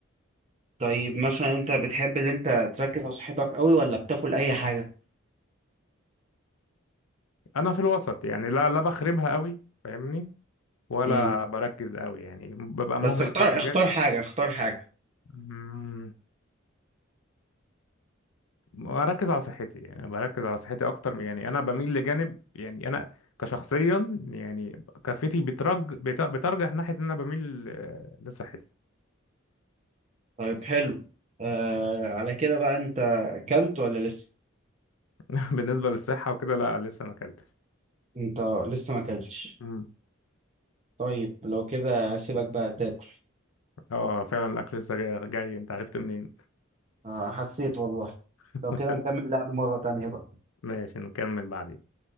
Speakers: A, on the right (about 30°); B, on the left (about 85°).
A: طيب مثلا انت بتحب ان انت تركز على صحتك قوي ولا بتاكل اي حاجه
B: انا في الوسط يعني لا لا بخربها قوي فاهمني ولا
A: امم
B: بركز قوي يعني ببقى مهمل
A: بس اختار
B: في حاجات
A: اختار حاجه اختار حاجه
B: مم، بركز على صحتي يعني بركز على صحتي اكتر من- يعني انا بميل لجانب يعني انا كشخصيا يعني كفتي بترج بت- بترجح ناحيه ان انا بميل آه، لصحتي
A: طيب حلو آه على كده بقى انت اكلت ولا لسه
B: <laughs> بالنسبه للصحه وكده لا لسه ما اكلتش
A: انت لسه ما اكلتش
B: مم.
A: طيب لو كده هسيبك بقى تاكل
B: اه فعلا الاكل لسه جاي, جاي انت عرفت منين
A: آه حسيت والله
B: <laughs>
A: لو كده نكمل لعب مره تانية بقى
B: ماشي نكمل بعدين